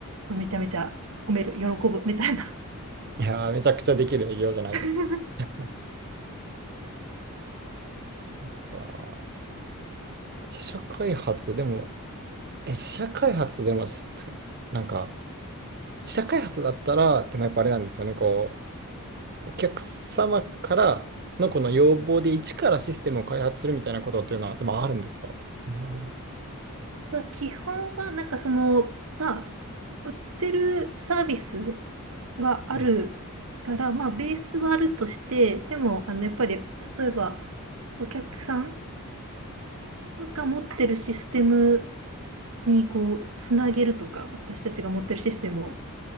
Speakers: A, on the right; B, on the right.
A: めちゃめちゃ褒める、喜ぶみたいな。
B: いやー、めちゃくちゃできる営業じゃないですか。
A: <laughs>
B: <laughs> か自社開発、でも、え、自社開発でもし、なんか、自社開発だったら、でもやっぱあれなんですよね、こう、お客様からのこの要望で一からシステムを開発するみたいなことっていうのは、でもあるんですかほんまない。
A: まあ基本は、なんかその、まあ、売ってるサービスはあるから、
B: はい
A: まあ、ベースはあるとして、でも、あの、やっぱり、例えば、お客さんが持ってるシステムに、こう、つなげるとか、私たちが持ってるシステムを、